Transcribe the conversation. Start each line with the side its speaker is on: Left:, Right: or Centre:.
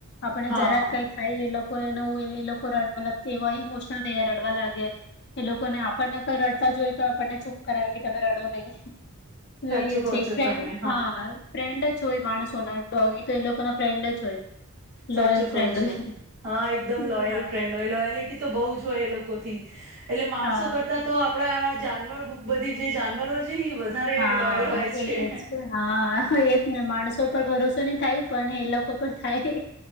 Left: આપણને
Right: હા
Left: જરાક કંઈ થાય એ લોક લોકોનએ એવું એ લોકો રડવા મતલબ એવા ઇમોશ શનલ થઈ જાય, રડવા લાગે. એ લોકોને આપણને કઈ રડતા જોઈ તો આપણને ચૂપ કરાવે કે તમે રડો નહીં.
Right: સાચું
Left: એ
Right: કહો
Left: છે એક
Right: છો
Left: ફ્રે
Right: તમે
Left: હા ફ્રેન્ડ જ જોઈ માણસોના ડોગી તો એ લોકો ના ફ્રેન્ડ જ હોય.
Right: સાચું
Left: લોયલ
Right: કોવ
Left: ફ્રેન્ડ
Right: છો.
Left: હોય
Right: હા એકદમ લોયલ
Left: હા
Right: ફ્રેન્ડ હોય. લોયલિટી તો બહુ જ હોય એ લો કોથી એટલે માણસો
Left: હા
Right: કરતા તો આપડા જાનવર બુ બધી જે જાનવર હોય છે ને એ વધારે
Left: હા,
Right: લોયલ હોય છે
Left: એજ. હા એજ ને માણસો પર ભરોસો નહીં થાય પણ એ લોકો પર થાય.